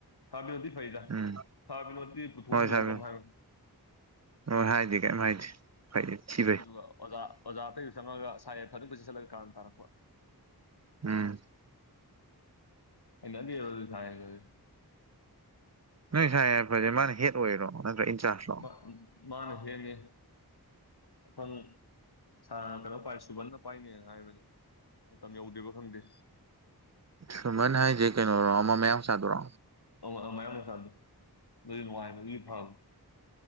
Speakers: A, on the left; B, on the right.
A: ꯁꯥꯔ ꯕꯤꯅꯣꯠꯇꯤ ꯐꯩꯗ
B: ꯎꯝ
A: ꯁꯥꯔ ꯕꯤꯅꯣꯠꯇꯤ ꯄꯨꯊꯣꯛꯑ
B: ꯍꯣꯏ
A: ꯁꯤꯜꯂꯕꯣꯛ
B: ꯁꯥꯔ
A: ꯀꯝ ꯍꯥꯏꯔꯣꯏ
B: ꯍꯣꯏ ꯍꯥꯏꯗ‌ꯦ ꯀꯩꯝ ꯍꯥꯏꯗ‌ꯦ ꯐꯩ ꯊꯤ
A: ꯑꯗꯨꯒ ꯑꯣꯖꯥ ꯑꯣꯖꯥ ꯑꯇꯩꯁꯨ ꯆꯪꯉꯛꯑꯒ ꯁꯥꯔ ꯌꯥꯏꯐꯗꯣ ꯄꯨꯁꯤꯁꯤꯜꯂꯒ ꯀꯥꯔꯟ ꯇꯥꯔꯛꯄ
B: ꯎꯝ
A: <unintelligible>
B: ꯅꯣꯏ ꯁꯥꯔ ꯌꯥꯏꯐꯖꯦ ꯃꯥꯅ ꯍꯦꯠ ꯑꯣꯏꯔꯣ ꯅꯠꯇ꯭ꯔ ꯏꯟꯆꯥꯔꯖ
A: ꯃꯥ ꯃꯥꯅ ꯍꯦꯠꯅ‌ꯦ ꯑꯐꯪ ꯁꯥꯔꯅ ꯀꯩꯅꯣ ꯄꯥꯏ ꯁꯨꯃꯟꯅ ꯄꯥꯏꯅꯦꯅ ꯍꯥꯏꯕꯅꯤ ꯃꯇꯝ ꯌꯧꯗ꯭ꯔꯤꯕ ꯈꯪꯗꯦ
B: ꯁꯨꯃꯟ ꯍꯥꯏꯖꯦ ꯀꯩꯅꯣ ꯑꯃ ꯃꯌꯥꯡ ꯃꯆꯥꯗꯨꯔꯣ
A: ꯑꯣ ꯑꯝ ꯃꯌꯥꯡ ꯃꯆꯥꯗꯣ ꯗꯨꯗꯤ ꯅꯨꯡꯉꯥꯏꯕꯒꯤ ꯐꯕ